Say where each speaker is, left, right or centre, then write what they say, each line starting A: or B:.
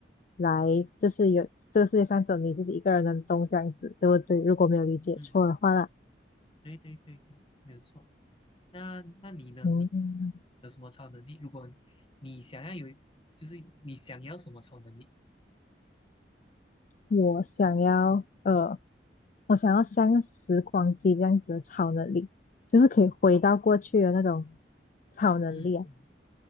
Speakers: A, on the left; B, on the left.
A: 来，就是有这个世界上只有你自己一个人能动这样子，对不对？如果没有理解错的话啦，
B: 嗯，对对对对，没有错。那那你呢？
A: 嗯，
B: 你有什么超能力？如果你想要有一就是你想要什么超能力？
A: 我想要呃，我想要像时光机这样子的超能力，就是可以回到过去的那种
B: 好，
A: 超能力啊，
B: 嗯嗯，